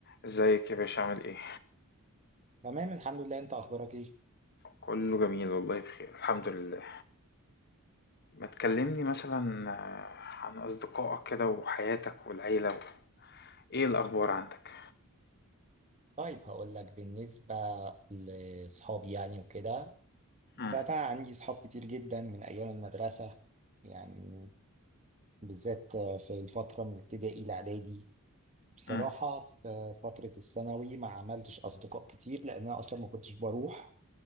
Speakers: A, on the left; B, on the right.
A: ازيك يا باشا عامل ايه
B: تمام الحمد لله انت اخبارك ايه
A: كله جميل والله بخير الحمد لله ما تكلمني مثلا آه، عن اصدقائك كده وحياتك والعيلة و... ايه الاخبار عندك
B: طيب هقول لك بالنسبه لاصحابي يعني وكده
A: مم.
B: فانا عندي صحاب كتير جدا من ايام المدرسه يعني بالذات في الفتره من ابتدائي لاعدادي بصراحه
A: مم.
B: في فتره الثانوي ما عملتش اصدقاء كتير لان انا اصلا ما كنتش بروح